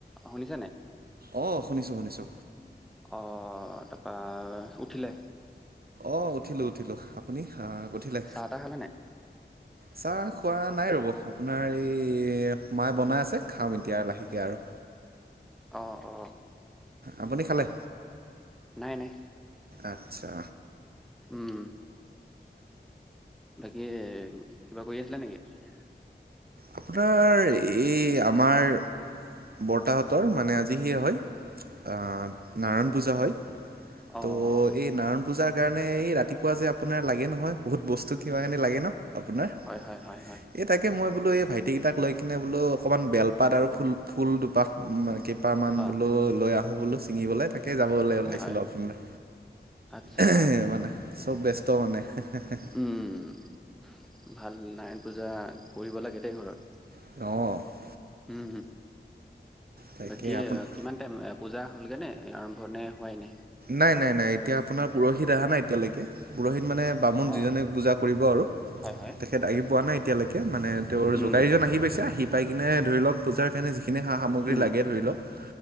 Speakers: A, in the centre; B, on the right (about 60°).
A: অ শুনিছা নাই?
B: অ শুনিছো, শুনিছো।
A: অ তাপা উঠিলে?
B: অ উঠিলো উঠিলো, আপুনি আ উঠিলে?
A: চাহ তাহ খালে নাই
B: চাহ খোৱা নাই ৰ'ব আপোনাৰ এই মায়ে বনাই আছে খাম এতিয়া আৰু লাহেকে আৰু।
A: অ অ।
B: আপুনি খালে?
A: নাই নাই
B: আচ্ছা
A: উম বাকী কিবা কৰি আছিলা নেকি?
B: আপোনাৰ এই আমাৰ বৰ্তাহঁতৰ মানে আজি হেই হয়। আ নাৰায়ণ পূজা হয় ত'
A: অ' অ'
B: এই নাৰায়ণ পূজাৰ কাৰণে এই ৰাতিপুৱা যে আপোনাৰ লাগে নহয় বহুত বস্তু কিবা কানি লাগে ন আপোনাৰ।
A: হয় হয় হয় হয়
B: এই তাকে মই বোলো এই ভাইটিকেইটাক লৈ কিনে বোলো অকণমান বেলপাত আৰু ফুল ফুল দুপাহ মানে কেইপামান
A: অ'
B: বোলো লৈ আহো বোলো ছিঙিবলে তাকেই যাবলে
A: হয়
B: ওলাইছিলো
A: হয়
B: আপোনাৰ
A: আচ্ছা
B: এহ মানে চব ব্যস্ত মানে হে হে হে।
A: উম ভাল নাৰায়ণ পূজা কৰিব লাগে দেই ঘৰত।
B: অ
A: উম হম
B: তাকে
A: বাকী
B: আপোনাৰ
A: কিমান নাৰায়ণ পূজা হ'লগৈ নে আৰম্ভ নে হোৱাই নাই?
B: নাই নাই নাই এতিয়া আপোনাৰ পোৰহিত অহা নাই এতিয়ালৈকে পোৰহিত মানে বামুণ
A: অ'
B: যিজনে পূজা কৰিব আৰু
A: হয় হয়
B: তেখেত আহি পোৱা নাই এতিয়ালৈকে মানে তেওঁৰ
A: উম
B: যোগাৰীজন আহি পাইছে আহি পাই কিনে ধৰি লওক পূজাৰ কাৰণে যিখিনি সা সামগ্ৰী
A: উম
B: লাগে ধৰি লওক